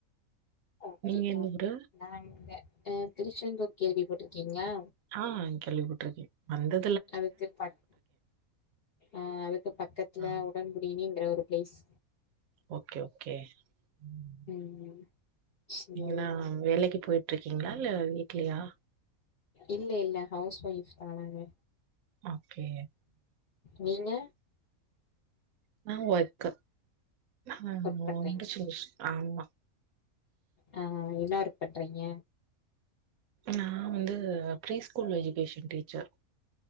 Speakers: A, on the left; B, on the right.
A: ஓகேக்கா
B: நீங்க எந்த ஊரு?
A: நா இந்த ஆ திருச்செந்தூர் கேள்வி பட்ருக்கீங்களா
B: ஆ கேள்விப்பட்ருக்கே வந்தது
A: அதுக்கு பக் ஆ அதுக்கு பக்கத்துல
B: ஆ.
A: உடன்குடியினுங்கற ஒரு ப்ளேஸ்
B: ஓகே ஓகே ம்
A: ம் ம் சேரிக்கா
B: என்னா வேலைக்கு போயிட்ருக்கீங்களா இல்ல வீட்லயா
A: இல்ல இல்ல ஹவுஸ் ஒயஃப்தா நாங்க
B: ஓகே
A: நீங்க
B: நா ஒர்க்கு ஆ
A: ஒர்க்
B: ரொம்ப
A: பண்றீங்களா
B: ஷோச ஆமா
A: ஆ என்ன ஒர்க் பண்றீங்க
B: நா வந்து ப்ரீ ஸ்கூல் எஜுகேஷன் டீச்சர்